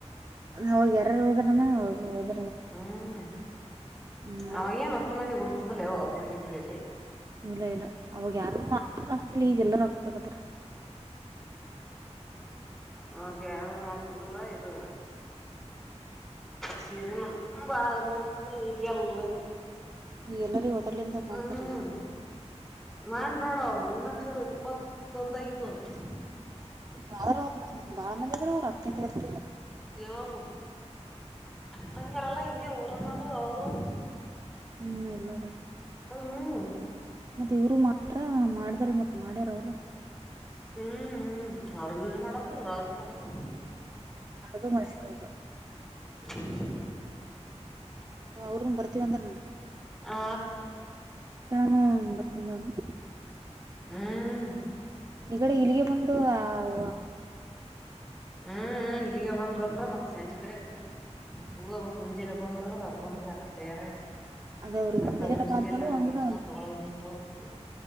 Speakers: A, on the right; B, in the centre.
A: ಹೋಗ ಯಾರಾರು ಹೋದ್ರನ ಹೋಗ ಹೋದ
B: ಹ್ಮ್
A: ಹ್ಮ್
B: ಅವಾಗೇಏನ್ ಅಷ್ಟು ಮಂದಿ ಉಡ್ಸ್ತದಲ್ಲೇವೋ ಒಬ್ರಗಿಬ್ರಗಟೆ
A: ಇಲ್ಲ ಇಲ್ಲ ಅವಾಗ ಯಾರು ಮಾ ಆಗ್ತಿಲ್ಲ ಈಗೆಲ್ಲರ ಆಗ್ತಗತ್ತಾರ
B: ನ ಯಾರನು ಮಂತ್ರದಲ್ಲ ಇದು ಶಿರನ ಬಾಳಕ ಮೊತ್ತ ಲೈಗಲ್ಲ
A: ಈ ಎಲ್ಲರಿಗ ಒದಡ್ಲಿಂದ
B: ಹ್ಮ್
A: ಮಾಡ್ತಾರ ಈಗ
B: ಮಾಡ್ ನೋಡ ಅವರು ಮೀನಾಕ್ಷರಗ್ ಇಪ್ಪತ್ತೊಂದು ಆಗಿದ್ವಂಥ
A: ಬಾಳ್ರ ಅವ್ ಬಾಳ ಮಂದಿ ಆದ್ರ ಅವ್ರು ಅಕ್ತಂಗಿಯರು
B: ದೇವಾಮಗ ಅಕ್ತಂಗ್ಯರಲ್ಲ ಹಿಂಗೆ ಊರನ್ನೋದು ಅವರು
A: ಹ್ಮ್ ಇಲ್ಲ ರೀ
B: ಹ್ಮ್
A: ಮತ್ತೆ ಇವರು ಮಾತ್ರ ಮಾಡ ಆತರಿ ಮತ್ತ್ ಮಾಡ್ಯಾರ ಅವರು
B: ಹ್ಮ್ ಹ್ಮ್ ಅವ್ರಗ ಮಾಡದ ಇವ್ರ ಅವ್ರಿಗೆ ಮಾಡದ
A: ಮಾಡದು <unintelligible>
B: <inaudible>
A: ಅವ್ರರುನ್ ಬರ್ತಿವಂದ್ರನ
B: ಆ
A: ಹ್ಮ್ ಬತ್ತಿಂದವ್ನೆ
B: ಹ್ಮ್
A: ಈ ಕಡೆ ಇಲ್ಲಿಗೆ ಬಂದು ಅವ
B: ಹ್ಮ್ ಹ್ಮ್ ಇಲ್ಲಿಗೆ ಬಂದ್ರಂದ್ರ ಮತ್ತ ಮತ್ ಸಂಜೆ ಕಡೆಕ್ ಹೋಗ್ಬಕ್ ಮುಂಜಾಲೆ ಬಂದ್ರಂದ್ರ ಅಲ್ಲ್ ಅವ್ರರು ಬಂದ್ಗಳ ಆ ಕಡೆ ತಯಾರಾಯ
A: ಅದ ಅವ್ರಿಗೆ
B: ಮತ್ತ
A: ಹಿಂದೆಲೆನ
B: ಉಣಚಿ
A: ಬಾ ಅಂತೇಳು
B: ಮೇಲೆ ನಾವು
A: ಅಂದ್ರ
B: ಏನಾರ್ ತಗೋಳಗಿದ್ರ ತಗೋಂತಿವ್